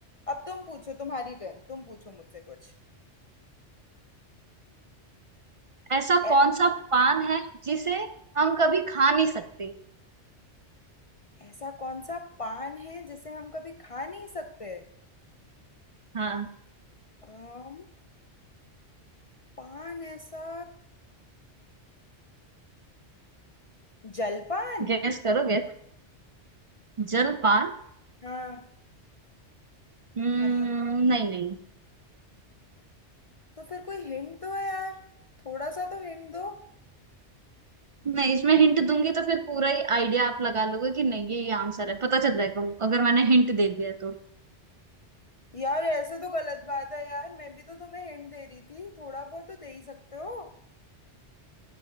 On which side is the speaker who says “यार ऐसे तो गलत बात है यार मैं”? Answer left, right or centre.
Left